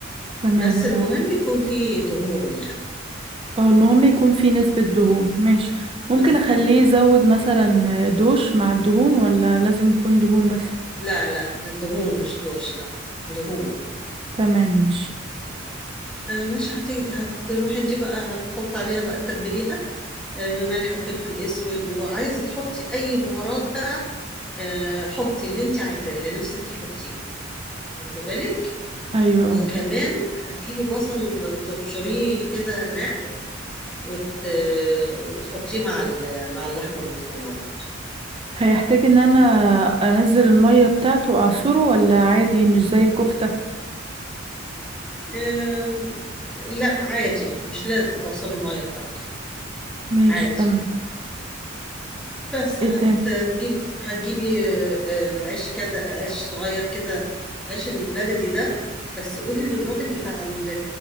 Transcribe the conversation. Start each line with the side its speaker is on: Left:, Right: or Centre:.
Right: تمام
Centre: بس المهم يكون فيه دهون يعني
Right: اه المهم يكون فيه نسبة دهون ماشي
Centre: بالظبط
Right: ممكن اخليه يزود مثلا دوش مع الدهون ولا لازم يكون دهون بس
Centre: لا لا دهون مش دوش لا دهون
Right: تمام مش
Centre: آه، ماشي هتيجي هتروحي انت بقى هتحطي عليها بقى تتبليها آه، بملح وفلفل اسود وعايزه تحطي اي بهارات بقى آه، حطي اللي انت عايزاه اللي نفسك فيه حطيه واخده بالك
Right: ايوه
Centre: وكمان هتجيبي بصل تبشريه كده ناعم وت... وتحطيه مع ال... مع اللحمه المفرومه برضه
Right: هيحتاج ان انا انزل المية بتاعته اعصره ولا عادي مش زي الكفتة
Centre: آم، لا عادي مش لازم تعصري الميه بتاعته
Right: ماشي
Centre: عادي
Right: تمام
Centre: بس
Right: ايه
Centre: هتجيبي
Right: تاني
Centre: هتجيبي آه، العيش كده عيش صغير كده العيش البلدي ده بس قولي للراجل بتاع ال-